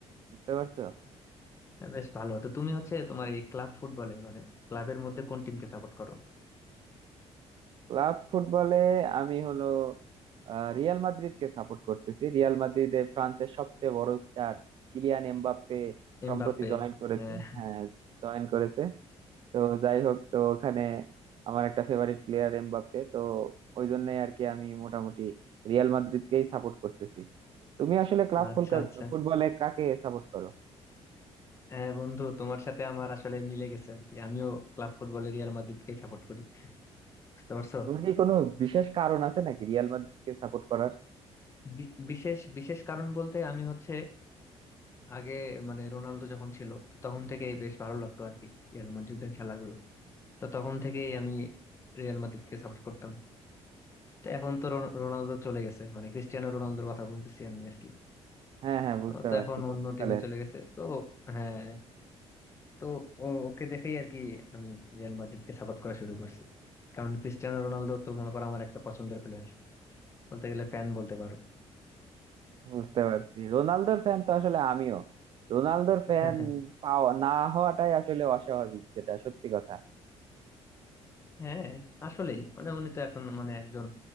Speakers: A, on the right; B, on the left.
A: বুঝতে পারছো
B: বেশ ভালো তো তুমি হচ্ছে তোমার এই ক্লাব ফুটবলে মানে ক্লাবের মধ্যে কোন টিমকে সাপোর্ট করো
A: ক্লাব ফুটবলে আমি হলো আহ, রিয়াল মাদ্রিদকে সাপোর্ট করতেছি রিয়াল মাদ্রিদে ফ্রান্সের সবচেয়ে বড় স্টার কিলিয়ান এমবাপ্পে সম্প্রতি
B: এমবাপ্পে
A: জয়েন করেছে
B: হ্যাঁ
A: হ্যাঁ জয়েন করেছে তো যাই হোক তো ওখানে আমার একটা ফেভারিট প্লেয়ার এমবাপ্পে তো ওই জন্যই আর কি আমি মোটামুটি রিয়াল মাদ্রিদকেই সাপোর্ট করতেছি তুমি আসলে ক্লাব
B: আচ্ছা আচ্ছা
A: ফুটবলে কাকে সাপোর্ট করো
B: হ্যাঁ বন্ধু তোমার সাথে আমার আসলে মিলে গেছে আর কি আমিও ক্লাব ফুটবলে রিয়াল মাদ্রিদকে সাপোর্ট করি বুঝতে পারছো
A: তোমার কি কোনো বিশেষ কারণ আছে নাকি রিয়াল মাদ্রিদকে সাপোর্ট করার
B: বি- বিশেষ বিশেষ কারণ বলতে আমি হচ্ছে আগে মানে রোনালদো যখন ছিল তো তখন থেকেই বেশ ভালো লাগতো আর কি রিয়াল মাদ্রিদের খেলাগুলো তো তখন থেকেই আমি রিয়াল মাদ্রিদকে সাপোর্ট করতাম তো এখন তো রোন- রোনালদো চলে গেছে মানে ক্রিস্টিয়ানো রোনালদোর কথা বলতেছি আমি আর কি
A: হ্যাঁ হ্যাঁ বুঝতে
B: তো তো
A: পারছি
B: এখন
A: পর্তুগালের
B: অন্য টিমে চলে গেছে তো হ্যাঁ তো ও- ওকে দেখেই আর কি আমি রিয়াল মাদ্রিদকে সাপোর্ট করা শুরু করছি কারণ ক্রিস্টিয়ানো রোনালদো তো মনে করো আমার একটা পছন্দের প্লেয়ার বলতে গেলে ফ্যান বলতে পারো
A: বুঝতে পারছি রোনালদোর ফ্যান তো আসলে আমিও রোনালদোর
B: <laughs>
A: ফ্যান পাওয়া না হওয়াটাই আসলে অস্বাভাবিক যেটা সত্যি কথা
B: হ্যাঁ আসলেই মানে উনি তো এখন মানে একজন